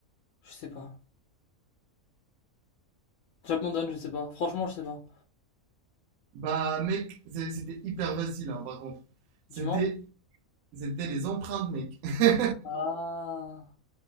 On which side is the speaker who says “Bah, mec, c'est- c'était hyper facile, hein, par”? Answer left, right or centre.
Right